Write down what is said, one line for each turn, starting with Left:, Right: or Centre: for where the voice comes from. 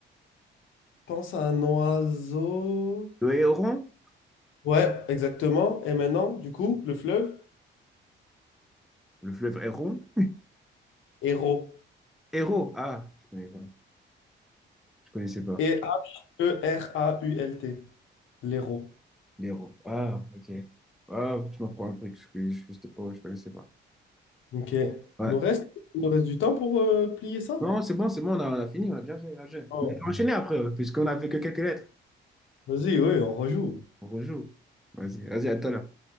Left: Pense à un oiseau.
Centre: Le Héron?
Left: Ouais, exactement. Et maintenant, du coup, le fleuve,
Centre: Le fleuve Héron?
Left: héros.
Centre: Hérault. Ah, je connais pas. Je connaissais pas.
Left: Et A-E-R-A-U-L-T. L'héros.
Centre: L'Hérault. Ah, ok. Ah, tu m'apprends un truc. Je, je, je sais pas, je connaissais pas.
Left: OK. Il
Centre: Ouais.
Left: nous reste, il nous reste du temps pour euh, plier ça?
Centre: Non, c'est bon, c'est bon, on a, on a fini, on a bien fait. bien fait.
Left: Oh.
Centre: Mais on peut enchaîner après, euh, puisqu'on a fait que quelques lettres.
Left: Vas-y, oui, on rejoue.
Centre: On rejoue. Vas-y, vas-y, à toi là.